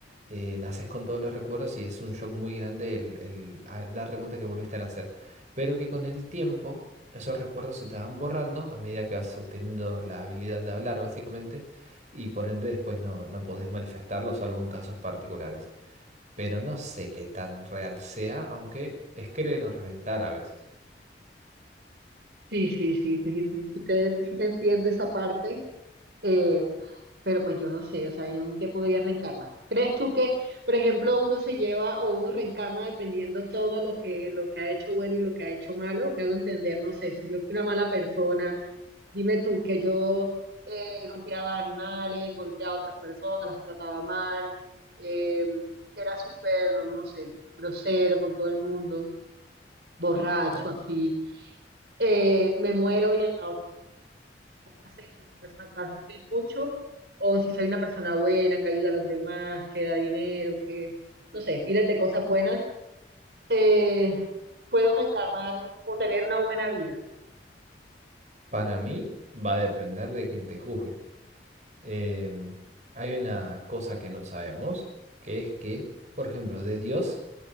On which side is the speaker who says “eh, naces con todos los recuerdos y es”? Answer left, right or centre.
Right